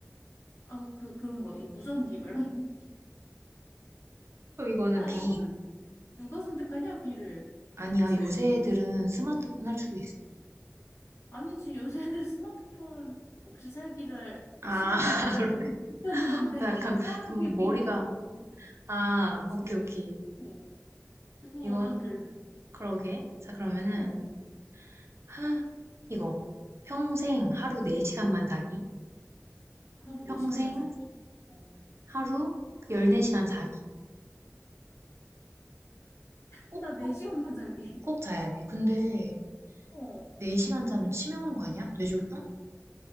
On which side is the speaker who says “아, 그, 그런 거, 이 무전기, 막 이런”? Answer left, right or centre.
Left